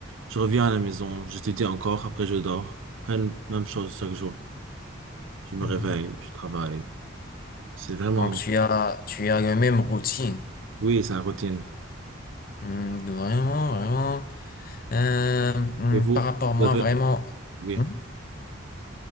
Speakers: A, on the right; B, on the left.
A: Je reviens à la maison, j'étudie encore, après je dors. Après, le- même chose chaque jour. Je me
B: Mhm.
A: réveille, je travaille. C'est vraiment,
B: Donc tu as tu as la même routine.
A: oui, c'est une routine.
B: Hmm, vraiment, vraiment. Euh, hmm,
A: Et vous,
B: par rapport à moi,
A: vous avez,
B: vraiment.
A: oui.
B: Hmm,